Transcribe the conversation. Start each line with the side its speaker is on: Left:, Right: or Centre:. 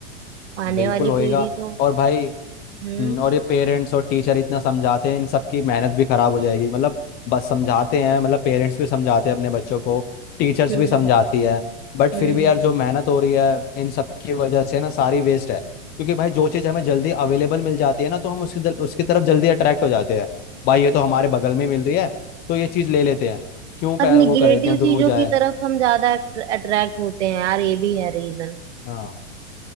Right: आने
Left: बिल्कुल
Right: वाली
Left: होएगा
Right: पीढ़ी तो
Left: और भाई
Right: हम्म
Left: हम्म, और ये पेरेंट्स और टीचर इतना समझाते हैं इन सबकी मेहनत भी खराब हो जाएगी मतलब बस समझाते हैं मतलब पेरेंट्स भी समझाते हैं अपने बच्चों को टीचर्स
Right: हम्म
Left: भी समझाती है बट फिर
Right: हम्म
Left: भी
Right: हम्म।
Left: यार जो मेहनत हो रही है इन सब की वजह से ना सारी वेस्ट है क्योंकि भाई जो चीज़ हमें जल्दी अवेलेबल मिल जाती है ना तो हम उसकी जल, उसकी तरफ जल्दी अट्रैक्ट हो जाते हैं भाई ये तो हमारे बगल में मिल रही है तो ये चीज़ ले लेते हैं क्यों पै-
Right: और निगेटिव
Left: वो करे इतने दूर
Right: चीजों
Left: जाए
Right: की तरफ हम ज्यादा अट्रैक्ट होते हैं यार ये भी है रीजन
Left: हाँ